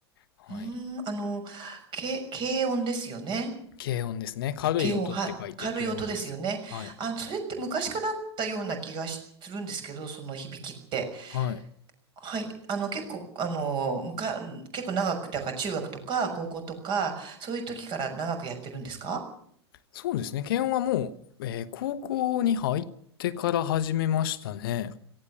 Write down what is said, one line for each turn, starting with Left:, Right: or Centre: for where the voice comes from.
Left: はい。
Right: うーん。あの、軽、軽音ですよね。
Left: 軽音ですね。軽い音って書いて軽音です。
Right: 軽音。はい。軽い音ですよね。
Left: はい。
Right: あ、それって昔からあったような気がしするんですけど、その響きって。
Left: はい。
Right: はい。あの、結構、あの、むか、結構長く、だから中学とか高校とか、そういう時から長くやってるんですか
Left: そうですね。軽音はもう、えー高校に入ってから始めましたね。